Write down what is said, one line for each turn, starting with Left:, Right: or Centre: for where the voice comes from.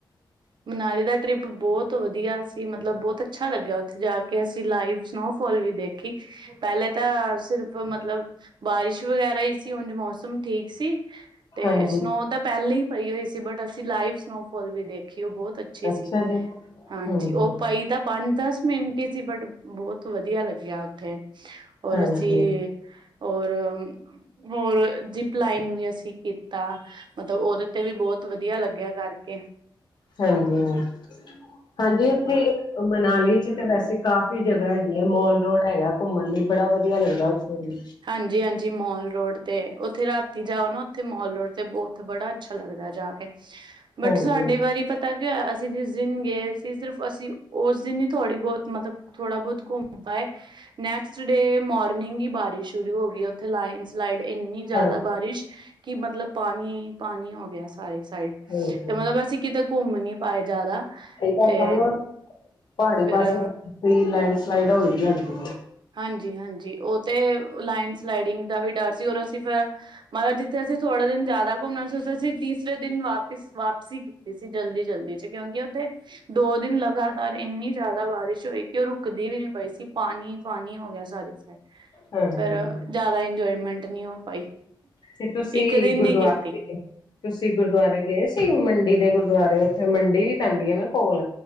Right: ਮਨਾਲੀ ਦਾ ਟ੍ਰਿਪ ਬਹੁਤ ਵਧੀਆ ਸੀ ਮਤਲਬ ਬਹੁਤ ਅੱਛਾ ਲੱਗਿਆ ਉੱਥੇ ਜਾ ਕੇ ਅਸੀਂ ਲਾਈਵ। ਸਨੋਫਾਲ ਵੀ ਦੇਖੀ। ਪਹਿਲੇ ਤਾਂ ਸਿਰਫ ਮਤਲਬ ਬਾਰਿਸ਼ ਵਗੈਰਾ ਹੀ ਸੀ ਉਝ ਮੌਸਮ ਠੀਕ ਸੀ। ਤੇ
Left: ਹਾਂਜੀ
Right: ਸਨੋ ਤਾਂ ਪਹਿਲਾ ਹੀ ਪਈ ਹੋਈ ਸੀ ਬਟ ਅਸੀਂ ਲਾਈਵ ਸਨੋਫੋਲ ਵੀ ਦੇ ਬੌਤ ਅੱਛੀ
Left: ਅੱਛਾ
Right: ਸੀ।
Left: ਜੀ
Right: ਹਾਂਜੀ,
Left: ਹਮ
Right: ਓਹ ਪਾਈ ਪੰਜ ਦਸ ਮਿੰਟ ਹੀ ਸੀ ਬਟ ਬੌਤ ਵਧੀਆ ਲੱਗਿਆ ਓਥੇ, ਔਰ
Left: ਹਾਂਜੀ
Right: ਅਸੀਂ ਔਰ ਹੋਰ ਜਿਪਲਾਈਨ ਵੀ ਅਸੀਂ ਕੀਤਾ। ਮਤਲਬ ਓਦੇ ਤੇ ਵੀ ਬੌਤ ਵਧੀਆ ਲੱਗਿਆ ਕਰਕੇ।
Left: ਹਾਂਜੀ ਹਾਂ, ਹਾਂਜੀ ਉੱਥੇ ਮਨਾਲੀ ਚ ਤੇ ਵੈਸੇ ਕਾਫ਼ੀ ਜਗ੍ਹਾ ਹੈਗੀ ਐ ਮੋਲ ਰੋਡ ਹੈਗਾ ਘੁੰਮਣ ਲਈ ਬੜਾ ਵਧੀਆ ਲੱਗਦਾ ਓਥੇ ਵੀ।
Right: ਹਾਂਜੀ-ਹਾਂਜੀ, ਮੋਲ ਰੋਡ ਤੇ ਓਥੇ ਰਾਤੀ ਜਾਓ ਨਾ ਓਥੇ ਮੋਲ ਰੋਡ ਤੇ ਬ ਓਥੇ ਬੜਾ ਅੱਛਾ ਲੱਗਦਾ ਜਾ ਕੇ। ਬਟ
Left: ਹਾਂਜੀ
Right: ਸਾਡੀ ਵਾਰੀ ਪਤਾ ਕੀ ਹੋਇਆ, ਅਸੀਂ ਜਿਸ ਦਿਨ ਗਏ ਸੀ ਸਿਰਫ ਅਸ ਓਸ ਦਿਨ ਹੀ ਥੋੜ੍ਹੀ ਬੌਤ ਮਤਲਬ ਥੋੜਾ ਬੌਤ ਘੁੰਮ ਪਾਏ। ਨੈਕਸਟ ਡੇਅ ਮੋਰਨਿੰਗ ਹੀ ਬਾਰਿਸ਼। ਸ਼ੂਰੂ ਹੋ ਗੀ ਔਥੇ ਲਾਈਨ ਸਲਾਈਡ ਏਨੀ ਜੈਦਾ
Left: ਹਾਂ
Right: ਬਾਰਿਸ਼। ਕਿ ਮਤਲਬ ਪਾਣੀ ਪਾਣੀ ਹੋ ਗਿਆ ਸਾਰੇ ਸਾਈਡ
Left: ਹਾਂਜੀ
Right: ਤੇ ਮਤਲਬ ਅਸੀਂ ਕਿਤੇ ਘੁੰਮ ਨੀ ਪਾਏ ਜ਼ਿਆਦਾ
Left: ਕਈ ਪਾਸਾ
Right: ਤੇ
Left: ਨਾ ਪਹਾੜੀ
Right: ਫਿਰ
Left: ਪਾਸੇ ਤਾਂ ਲੈਂਡਸਲਾਈਡ ਹੋਈ ਜਾਂਦੀ
Right: ਹਾਂਜੀ ਹਾਂਜੀ ਉਹ ਤੇ ਲਾਈਡ ਸਲਾਈਡਿੰਗ ਦਾ ਵੀ ਡਰ ਸੀ ਔਰ ਅਸੀਂ ਫਿਰ ਮਗਰ ਜਿੱਥੇ ਅਸੀਂ ਥੋੜੇ ਦਿਨ ਜ਼ਿਆਦਾ ਘੁੰਮਣਾ ਸੀ ਉੱਥੇ ਅਸੀਂ ਤੀਸਰੇ ਦਿਨ ਵਾਪਿਸ ਵਾਪਸੀ ਸੀ ਜਲਦੀ ਜਲਦੀ ਚ ਕਿਉਂਕਿ ਉਹਥੇ ਦੋ ਦਿਨ ਲਗਾਤਾਰ ਏਨੀ ਜੈਦਾ ਬਾਰਿਸ਼ ਹੋਈ ਕਿ ਓਹ ਰੁਕਦੀ ਵੀ ਨਹੀਂ ਪਈ ਸੀ, ਪਾਣੀ ਪਾਣੀ ਹੋ ਗਿਆ ਸਾਰੇ ਸਾਈਡ।
Left: ਹਾਂਜੀ
Right: ਫੇਰ ਜੈਦਾ ਇੰਜੋਏਮੈਂਟ ਨੀ ਹੋ ਪਾਈ।
Left: ਫੇਰ ਤੁਸੀਂ
Right: ਇੱਕ ਦਿਨ
Left: ਗੁਰਦੁਆਰੇ
Right: ਨੀ ਕੀਤੀ
Left: ਨੀ ਗੇ। ਤੁਸੀਂ ਗੁਰਦੁਆਰੇ ਗਏ ਸੀ ਮੰਡੀ ਦੇ ਗੁਰਦੁਆਰੇ ਔਥੇ ਮੰਡੀ ਵੀ ਪੈਂਦੀ ਏਨਾ ਕੋਲ।